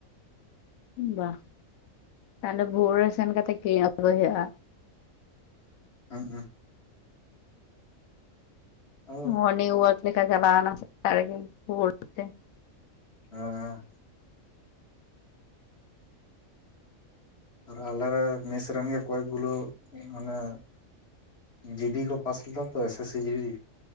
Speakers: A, on the left; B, on the left.
A: ᱵᱟ ᱛᱟᱞᱚᱦᱮ ᱵᱷᱳᱨ ᱨᱮ ᱥᱮᱱ ᱠᱟᱛᱮᱫ ᱠᱤᱨᱤᱧ ᱟᱹᱜᱩᱭ ᱦᱩᱭᱩᱜᱼᱟ
B: ᱦᱮᱸᱜ-ᱮ ᱟᱫᱚ
A: ᱦᱮᱸ ᱱᱤᱭᱩ ᱚᱣᱟᱨᱠ ᱞᱮᱠᱟ ᱪᱟᱞᱟᱣᱮᱱᱟ ᱥᱮᱛᱟᱜ ᱨᱮᱜᱮᱡ ᱨᱩᱣᱟᱹᱲ ᱠᱟᱛᱮᱫ
B: ᱦᱮᱸ ᱟᱨ ᱟᱞᱮ ᱨᱮᱱ ᱢᱮᱥ ᱨᱮᱱ ᱜᱮ ᱠᱚᱭᱮᱠ ᱜᱩᱞᱳ ᱢᱟᱱᱮ ᱡᱤᱰᱤ ᱠᱚ ᱯᱟᱥ ᱞᱮᱫᱟ ᱛᱚ ᱮᱥ ᱮᱥ ᱥᱤ ᱡᱤᱰᱤ